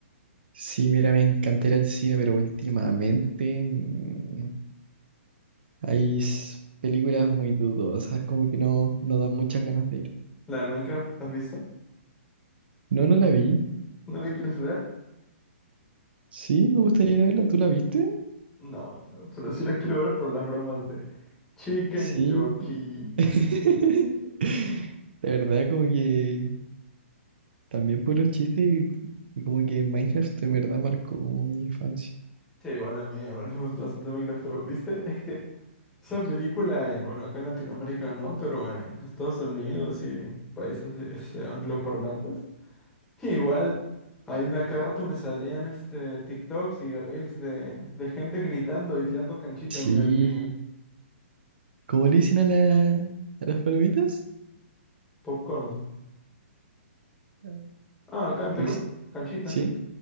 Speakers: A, on the right; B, in the centre.
A: Sí, mira, me encanta ir al cine, pero últimamente mm, hay s- películas muy dudosas, como que no, no dan muchas ganas de ir.
B: ¿La de Minecraft, la has visto?
A: No, no la vi.
B: ¿No la quieres ver?
A: Sí, me gustaría ir a verla. ¿Tú la viste?
B: No, no, pero sí la quiero ver por las bromas de Chicken
A: Sí.
B: Jockey.
A: <laughs> La verdad, como que También por los chistes y, y como que Minecraft de verdad marcó como mi infancia.
B: Sí, igual a mí, igual me gusta bastante Minecraft, pero viste, es que esa película en, bueno, acá en Latinoamérica no, pero en Estados Unidos y países este, angloparlantes, igual ahí me a cada rato me salían este TikToks y reels de, de gente gritando y tirando canchita
A: Sí.
B: en medio del cine.
A: ¿Cómo le dicen a, la, a las palomitas?
B: Popcorn.
A: Ah.
B: Ah, acá en
A: Le
B: Perú,
A: dic-
B: canchita.
A: ¿Sí?